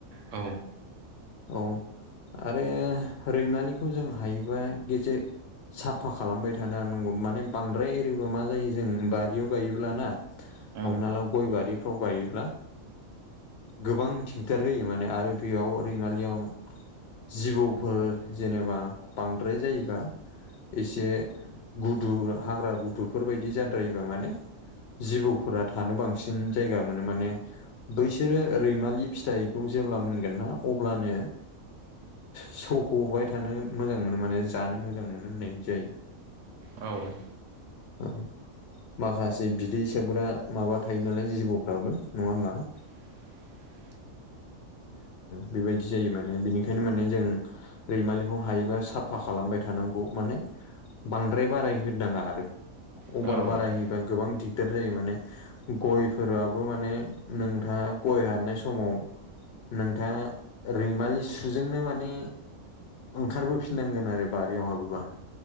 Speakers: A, on the right; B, on the left.
A: औ।
B: औ आरो रैमालिखौ जों हायोबा गेजेर साफा खालामबाय थानो नांगौ माने बांद्राय एरिबा मा जायो जों बारियाव गायोब्ला ना
A: औ
B: हमनाला गयबारि फाव गायोब्ला गोबां थिगदार होयो माने आरो बेयाव रैमालियाव। जिबौफोर जेनेबा बांद्राय जायोबा एसे गुदु हाग्रा गुदुफोरबायदि जाद्रायोबा माने। जिबौफोरा थानो बांसिन जायगा मोनो माने बैसोरो रैमालि फिथाइखौ जेब्ला मोनगोन ना अब्लानो सौख'बाय थानो मोजां मोनो माने जानो मोजां मोनो होननाय जायो।
A: औ
B: आरो। माखासे बिदै सोबग्रा माबा थायो नालाय जिबौफ्राबो नङा होमबा
A: <inaudible>
B: बेबायदि जायो माने बिनिखायनो माने जों रैमालिखौ हायोबा साफा खालामबाय थानांगौ माने बांद्राय बारायहनााङा आरो
A: औ
B: अभार बाराय होयोबा गोबां दिगदार जायो माने। गयफोराबो माने नोंथाङा गय हारनाय समाव नोंथाङा रैमालि सुजोंनो माने ओंखारबोफिननांगोन आरो बारियाव हाबोबा